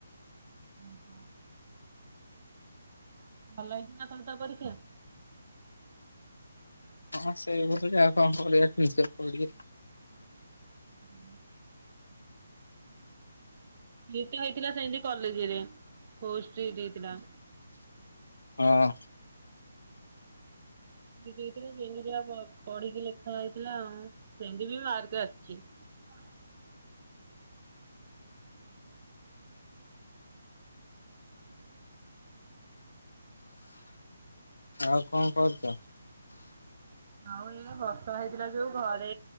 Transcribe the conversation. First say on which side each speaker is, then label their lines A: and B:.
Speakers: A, on the right; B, on the left.
A: ଓ ହୋ। ଭଲ ହେଇଛି ନା ତମେ ତା ପରୀକ୍ଷା?
B: ହଁ ସେଇଭଳି ଆଉ କଣ ନିଜେ ପଡ଼ି।
A: ହୁଁ ହ। ହେଇଥିଲା ହୋଇଥିଲା ସେମିତି କଲେଜରେ ପୋଓଷ୍ଟ ହେଇଯାଇଥିଲା।
B: ହଁ।
A: ଦେଇଥିଲା ଯେମତି ଯ ପଢିକି ଲେଖା ହେଇଥିଲା ଆଉ ସେମିତି ବି ମାର୍କରେ ଆସିଛି। ହ।
B: ଆଉ କଣ କରୁଛ।
A: ଆଉ ଏଇ ବର୍ଷା ହେଇଥିଲା ଯୋଉ ଘରେ